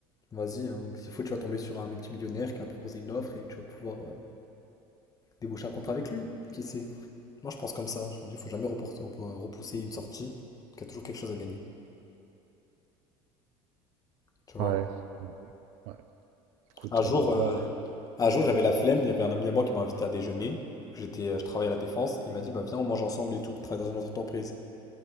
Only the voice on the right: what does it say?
Ouais. Ouais. Ouais. Écoute,
euh, on va voir.
hein.